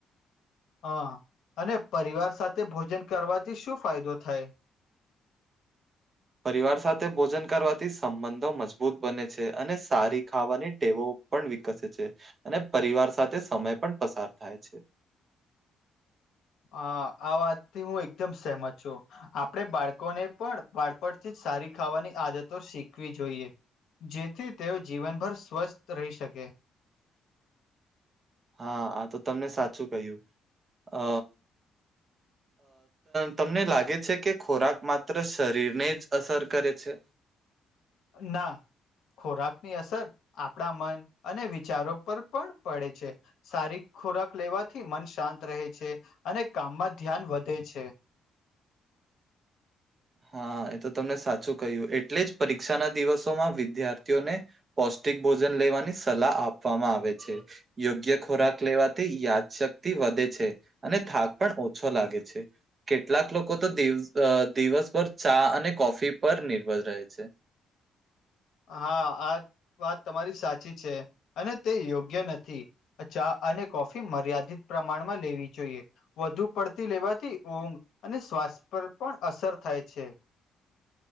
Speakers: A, on the left; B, on the right.
A: હા અને પરિવાર સાથે ભોજન કરવાથી શું ફાયદો થાય?
B: પરિવાર સાથે ભોજન કરવાથી સંબંધો મજબૂત બને છે અને સારી ખાવાની ટેવો, પણ વિકસે છે અને પરિવાર સાથે સમય પણ પસાર થાય છે.
A: હા આ વાતથી હું એકદમ સહેમત છું. આપણેે બાળકોને પણ બાળપણથી જ સારી ખાવાની આદતો શીખવવી જોઈએ. જેથી તેઓ જીવનભર સ્વસ્થ રહી શકે.
B: હા આ તો તમને સાચું કહ્યું. અ તમને લાગે છે કે ખોરાક માત્ર શરીરને જ અસર કરે છે?
A: ના. ખોરાકની અસર આપણા મન અને વિચારો પર પણ પડે છે. સારો ખોરાક લેવાથી મન શાંત રહે છે અને કામમાં ધ્યાન વધે છે.
B: હા એ તો તમે સાચું કહ્યું એટલે જ પરીક્ષાના દિવસોમાં વિદ્યાર્થીઓને પૌષ્ટિક ભોજન લેવાની સલાહ આપવામાં આવે છે. યોગ્ય ખોરાક લેવાથી યાદશક્તિ વધે છે. અને થાક પણ ઓછો લાગે છે. કેટલાક લોકો તો દિવ દિવસ ભર ચા અને કોફી પર નિર્ભર રહે છે.
A: હા આ વાત તમારી સાચી છે અને તે યોગ્ય નથી. ચા અને કોફી મર્યાદિત પ્રમાણમાં લેવી જોઈએ. વધુ પડતી લેવાથી ઊંઘ અને શ્વાસ પર પણ અસર થાય છે.